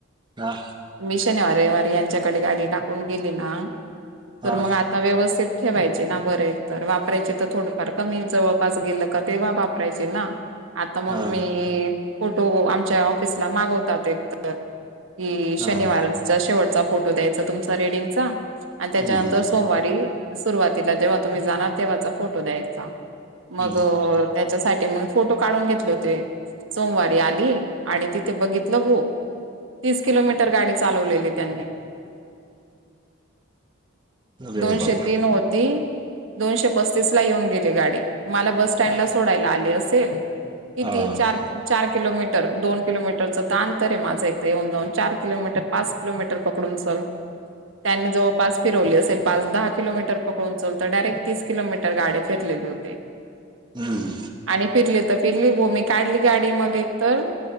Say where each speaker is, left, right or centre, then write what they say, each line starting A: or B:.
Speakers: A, on the right; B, on the right.
A: हा.
B: मी शनिवारी रविवारी यांच्याकडे गाडी टाकून गेली ना
A: हा
B: तर मग आ तर व्यवस्थित ठेवायचे ना बरे तर वापरायचे तर थोडं सारखा मी जवळपास गेल का तेव्हा वापरायचे ना आता मग
A: हा
B: मी फोटो आमच्या ऑफिसला मागवतातयत तर कि शनिवारच
A: हा हम्म
B: शेवटचा फोटो द्यायचा तुमचा रेडिंगचा आणि त्याच्यानंतर
A: हम्म
B: सोमवारी सुरुवातीला जेव्हा तुम्ही जाणार तेव्हाचा फोटो द्यायचा मग
A: हम्म
B: अह त्याच्यासाठी मग फोटो काढून घेतले होते. सोमवारी आली आणि तिथे बघितलं गो तीस किलोमीटर गाडी चालवलेली त्यांनी
A: अरे
B: दोनशे
A: भगवान
B: तीन होती दोनशे पस्तीसला येऊन गेल. गाडी मला बस स्टँडला
A: हा
B: सोडायला आली असेल किती
A: हा
B: चार चार किलोमीटर दोन किलोमीटरचं तर अंतर आहे माझं एकथं येऊन जाऊन चार किलोमीटर पाच किलोमीटर पकडूनल त्यांनी जवळपास फिरवली असेल पाच दहा किलोमीटर पकडून चल तर डायरेक्ट तीस किलोमीटर गाडी फिरलेली होते.
A: हम्म
B: आणि फिरले तर फिरली बो मी काढली गाडी मग एक तर